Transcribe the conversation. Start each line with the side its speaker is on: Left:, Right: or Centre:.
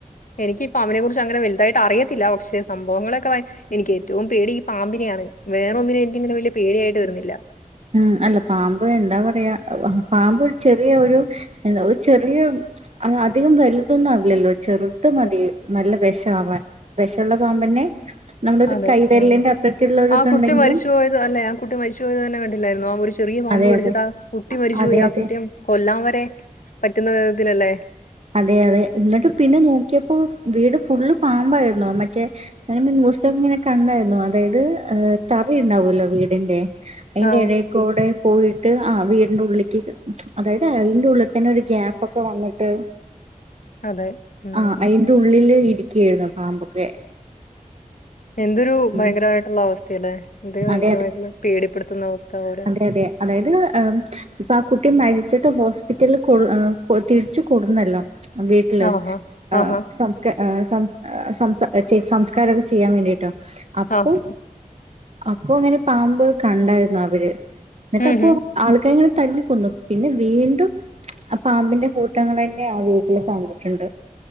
Left: എനിക്ക് ഇപ്പ അവനെ കുറിച്ച് അങ്ങന വലുതായിട്ട് അറിയത്തില്ല പക്ഷേ സംഭവങ്ങളൊക്കെ എനിക്ക് ഏറ്റവും പേടി ഈ പാമ്പിനെയാണ് വേറെ ഒന്നിനും എനിക്കങ്ങനെ വലിയ പേടിയായിട്ട് വരുന്നില്ല
Right: ഉം അല്ല പാമ്പ് എന്താ പറയാ പാമ്പ് ചെറിയ ഒരു എന്താ ഒരു ചെറിയ അ അധികം വലുതൊന്നും ആവില്ലല്ലോ ചെറുത് മതി നല്ല വിഷമാവാൻ വിഷമുള്ള പാമ്പ് തന്നെ നമ്മളൊരു
Left: അതെ
Right: കൈവിരലിന്റെ
Left: ആഹ്
Right: അത്രക്കുള്ള ഒരു
Left: ആ
Right: ഇതുണ്ടെങ്കിലും
Left: കുട്ടി മരിച്ചു പോയത് അല്ല ആ കുട്ടി മരിച്ച പോയത് തന്ന കണ്ടില്ലായിരുന്നോ ഒരു ചെറിയ പാമ്പ്
Right: അതെ
Left: കടിച്ചട്ട്
Right: അതെ
Left: ആ കുട്ടി മരിച്ചപോയി
Right: അതെ
Left: ആ
Right: അതെ
Left: കുട്ടിയെ കൊല്ലാൻ വരെ പറ്റുന്ന ഇതിലല്ലേ
Right: അതെ അതെ എന്നിട്ട് പിന്നെ നോക്കിയപ്പോ വീട് ഫുള്ള് പാമ്പായിരുന്നു മറ്റേ ന്യൂസ്‌പേപ്പറിൽ കണ്ടായിരുന്നു അതായത് അതായത് തറ ഉണ്ടാവല്ലോ വീടിന്റെ അയിന്റെ
Left: ആഹ്
Right: എടയി കൂടെ പോയിട്ട് ആഹ് വീടിന്റെ ഉള്ളിക്ക് അതായത് അയിന്റെ ഉള്ളി തന്നെ ഒരു ഗ്യാപൊക്ക വന്ന്ട്ട്
Left: അതെ ഉം
Right: ആഹ് അയിന്റെ ഉള്ളില് ഇരിക്കുയാർന്നു പാമ്പൊക്കെ
Left: എന്തൊരു
Right: ഉം
Left: ഭയങ്കരമായിട്ട്ള്ള അവസ്ഥയാലെ എന്തൊരു ഭയങ്കരമായിട്ട്ള്ള
Right: അതെ അതെ
Left: പേടിപ്പെട്ത്ത്ന്ന അവസ്ഥ പോലെ
Right: അതെ അതെ അതായത് ഏഹ് ഇപ്പ ആഹ് കുട്ടി മര്ച്ചിട്ട് ഹോസ്പിറ്റലിൽ കൊട് ഏഹ് തിരിച്ച് കൊട്ന്നല്ലൊ വീട്ട്ല്
Left: ആഹാ
Right: ആഹ്
Left: ആഹാ
Right: സംസ് സംസ് സംസാ ചെ സംസ്കാരൊക്ക ചിയ്യാൻ വേണ്ടിട്ടൊ അപ്പൊ
Left: ആഹ്
Right: അപ്പൊ ഇങ്ങനെ പാമ്പ് കണ്ടാര്ന്നു അവര് ഇന്ന്ട്ട്
Left: ഉം
Right: അപ്പൊ
Left: ഹും
Right: ആൾക്കാര് ഇങ്ങനെ തല്ലിക്കൊന്നു പിന്നെ വീണ്ടും ആ പാമ്പിന്റെ കൂട്ടങ്ങളെന്നെ ആ വീട്ടില് കണ്ടിട്ടുണ്ട്